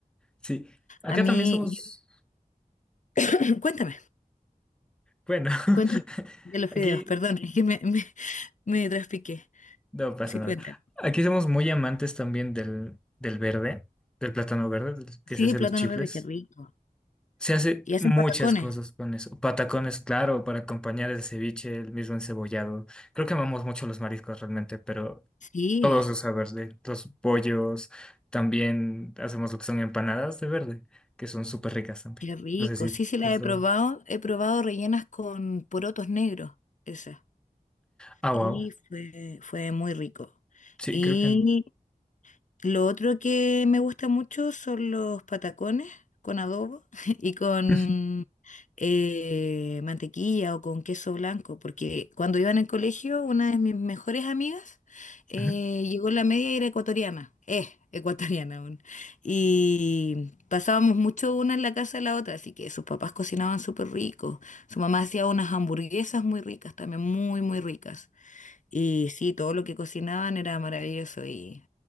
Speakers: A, in the centre; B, on the left.
A: Sí, acá
B: A mí,
A: también somos...
B: yo- <clears throat> cuéntame,
A: Bueno,
B: cuéntame
A: <laughs>
B: de los fideos,
A: aquí
B: perdón, es que me, <laughs> me, me traspiqué.
A: no pasa
B: Sí,
A: nada.
B: cuéntame.
A: Aquí somos muy amantes también del, del verde, del plátano verde, del que
B: Sí,
A: se hace
B: plátano
A: los chifles.
B: verde, qué rico.
A: Se hace
B: ¿Y hacen
A: muchas
B: patacones?
A: cosas con eso. Patacones, claro, para acompañar el ceviche, el mismo encebollado. Creo que amamos mucho los mariscos realmente, pero
B: Sí,
A: Todo se usa verde. Los pollos, también hacemos lo que son empanadas de verde, que son súper ricas también.
B: qué rico.
A: No sé si
B: Sí, sí, las
A: las
B: he
A: probado.
B: probado. He probado rellenas con porotos negros, esas.
A: Ah,
B: Y
A: wow.
B: fue, fue muy rico.
A: Sí,
B: Y
A: creo que... en-
B: Lo otro que me gusta mucho son los patacones con adobo <laughs> y con
A: <laughs>
B: eh, mantequilla o con queso blanco, porque cuando iba en el colegio, una de mis mejores amigas eh,
A: Ujú.
B: llegó en la media y era ecuatoriana, es ecuatoriana aún, y pasábamos mucho una en la casa de la otra, así que sus papás cocinaban súper rico, su mamá hacía unas hamburguesas muy ricas, también muy, muy ricas. Y sí, todo lo que cocinaban era maravilloso y